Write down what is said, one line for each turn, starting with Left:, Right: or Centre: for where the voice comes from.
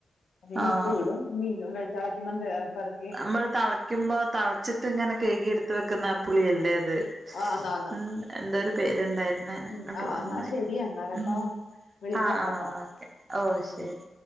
Left: പിന്നെ
Right: ആഹ്
Left: ഉപ്പൂടും മീനും വെള്ളം തെളയ്ക്കുമ്പം <unintelligible>
Right: അമ്മള് തളയ്ക്കുമ്പൊ തളച്ചിട്ട് ങ്ങനെ കെയ്കിട്ത്ത് വെക്കുന്ന ആ പുളിയല്ലേത്.
Left: ആഹ് ന്നാ ന്നാ
Right: മ്. എന്തൊര് പേര്ണ്ടായിര് ന്നായ്ന്.
Left: ഉം
Right: ന്നപ്പൊ
Left: ആഹ്
Right: മർന്നോയി.
Left: എന്നാ ശരി എന്നാ കേട്ടോ
Right: മ്
Left: വിളിക്കാം
Right: ആഹ് ആഹ്
Left: കേട്ടോ
Right: ഓക്കെ ഓ ശരി.
Left: ഉം